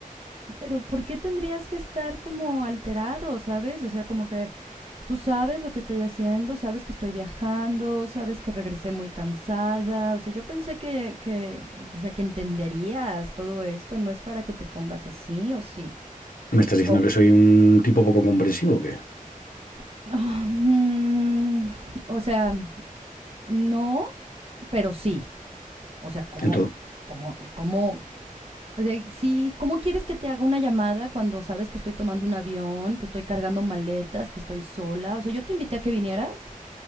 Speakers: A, on the right; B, on the left.
A: Pero ¿por qué tendrías que estar como alterado, sabes? O sea, como que tú sabes lo que estoy haciendo, sabes que estoy viajando, sabes que regresé muy cansada. O sea, yo pensé que, que o sea, que entenderías todo esto, no es para que te pongas así o sí.
B: ¿Me estás diciendo
A: O,
B: que soy un tipo poco comprensivo o qué?
A: <laughs> <sighs> o sea, no, pero sí. O sea, ¿cómo,
B: Entonces,
A: cómo, cómo, o sea, sí, ¿cómo quieres que te haga una llamada cuando sabes que estoy tomando un avión, que estoy cargando maletas, que estoy sola? O sea, yo te invité a que vinieras